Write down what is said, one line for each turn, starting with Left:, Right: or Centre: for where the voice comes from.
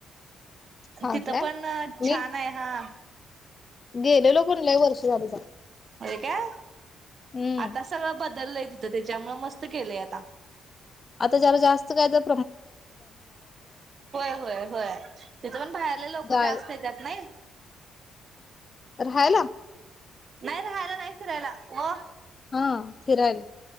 Left: हा
Right: तिथं
Left: काय
Right: पण
Left: मी
Right: छान आए. हा..
Left: गेलेलो, पण लई वर्ष झाली जाऊन.
Right: त्या
Left: हम्म
Right: आता सगळं बदललंय तिथं ते च्यामुळं मस्त केलंय आता
Left: त जरा जास्त काय त
Right: होय होय होय. तीथं पण बाहेरले लोकं
Left: जाय
Right: जास्त येत्यात, नही
Left: राह्यला
Right: नाई राहायला नाई फिरायला. व
Left: हं! फिरायला